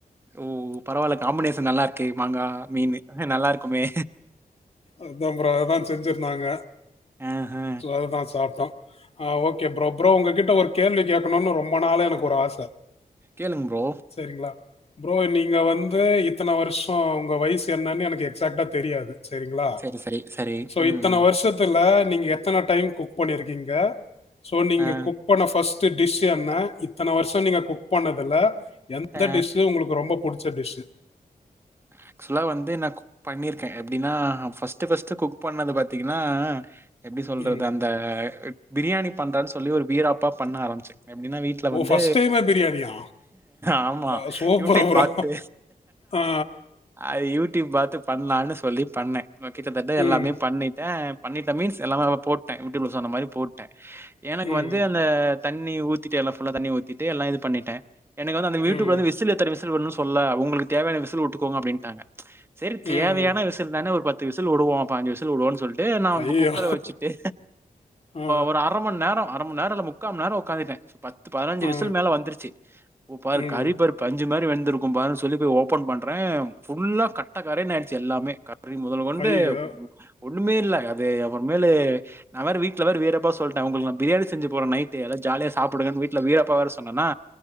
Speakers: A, on the right (about 15°); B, on the left (about 40°).
A: ஓ பரவால்ல காம்பினேஷன் நல்லா இருக்கு மாங்கா மீனு நல்லா இருக்குமே
B: அதா ப்ரோ அதுதா செஞ்சுருந்தாங்க
A: ம்ஹு
B: அதுதா சாப்ட்டோ ஆ ஓகே ப்ரோ ப்ரோ உங்க கிட்ட ஒரு கேள்வி கேட்கணுனு ரொம்ப நாளா எனக்கு ஒரு ஆச
A: கேளுங் ப்ரோ
B: சேரிங்ளா ப்ரோ நீங்க வந்து இத்தன வருஷோ உங்க வயசு என்னனு எனக்கு எக்ஸ்சாக்ட்டா தெரியாது செரிங்ளா
A: சரி, சரி, சரி.
B: சோ
A: ம்,
B: இத்தன
A: ம்.
B: வருஷத் துல நீங்க எத்தன டைம் குக் பண்ணிருக்கீங்க? சோ நீங்க
A: ஆ.
B: குக் பண்ண ஃபர்ஸ்ட்டு டிஷ் என்ன இத்தன வருஷோ நீங்க குக் பண்ணதுல எந்த
A: ஆ.
B: டிஷ்சு உங்களுக்கு ரொம்ப புடிச்ச டிஷ்ஷு?
A: ஆக்சுவலா வந்து எனக்கு பண்ணிருக்கேன் எப்டினா ஃபர்ஸ்ட்டு ஃபர்ஸ்ட்டு குக் பண்ணது பாத்தீங்கனா எப்டி சொல்றது
B: ம்.
A: அந்த பிரியாணி பண்றனு சொல்லி ஒரு வீராப்பா பண்ண ஆரம்பிச்ச எப்டினா வீ ட்ல
B: ஓ!
A: வந்து
B: ஃபர்ஸ்ட் டைமே பிரியாணியா?
A: ஆமா
B: அ சூப்பர்
A: யூடியூப்
B: ப்ரோ.
A: பாத்து
B: ஆ.
A: அது யூடியூப் பாத்து பண்லான்னு சொல்லி பண்ண நா கிட்டத்தட்ட எல்லாமே
B: ம்.
A: பண்ணிட்ட பண்ணிட்ட மீன்ஸ் எல்லாமே நா போட்ட யூடியூப்ல சொன்ன மாரி போட்ட எனக்கு
B: ம்.
A: வந்து அந்த தண்ணி ஊத்திட்டு எல்லா ஃபுல்லா தண்ணி ஊத்திட்டு எல்லா இது பண்ணிட்ட எனக்கு வந்து அந்த வீட்டுக்குள்ள
B: ம்.
A: வந்து விசிலு எத்தன விசிலு விடனு சொல்ல உங்களுக்கு தேவையான விசில் விட்டுக்கோங்க அப்டின்டாங்க செரி தேவயான
B: ம்.
A: விசில் தான ஒரு பத்து விசிலு விடுவோ பாஞ்சு விசிலு விடுவோ சொல் ட்டு நா
B: ஐயய்யோ!
A: அந்த குக்கர வெச்சுட்டு
B: ஆ.
A: ஒரு அர மண்நேரோ அர மண்நேரோ இல்ல முக்காமண் நேரோ உக்காந்துட்ட பத்து பதினஞ்சு
B: ஆ.
A: விசில் மேல வந்துருச்சு உ பாரு
B: ம்.
A: கறிபாரு பஞ்சு மாரி வெந்திருக்கும் பாருன்னு சொல்லி போய் ஓப்பன் பண்ற ஃபுல்லா கட்ட கரேனாயிருச்சு எல்லாமே கறி மொதலு கொண்டு
B: ஐயய்யோ!
A: ஒண்ணுமே இல்ல அது அப்பறமேலு நா வேற வீட்ல வேறு வீராப்பா சொல்ட்ட உங்களுக்கு நா பிரியாணி செஞ்சு போற நைட்டு எல்லா ஜாலியா சாப்டுங்கனு வீட்ல வீராப்பா வேற சொன்னனா